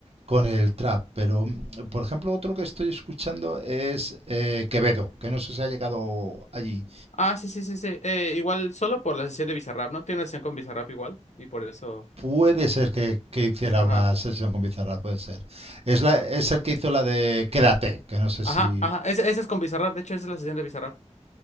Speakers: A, on the right; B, on the left.
A: con el trap, pero mm, por ejemplo otro que estoy escuchando es eh, Quevedo, que no sé si ha llegado allí.
B: Ah, sí, sí, sí, sí. Eh, igual solo por la sesión de Bizarrap, ¿no? Tiene una sesión con Bizarrap igual y por eso...
A: Puede ser que, que hiciera
B: Ajá,
A: una sesión con Bizarra, puede ser. Es, la,
B: ajá.
A: es el que hizo la de Quédate, que no sé
B: Ajá,
A: si...
B: ajá. Esa, esa es con Bizarrap, de hecho esa es la sesión de Bizarrap.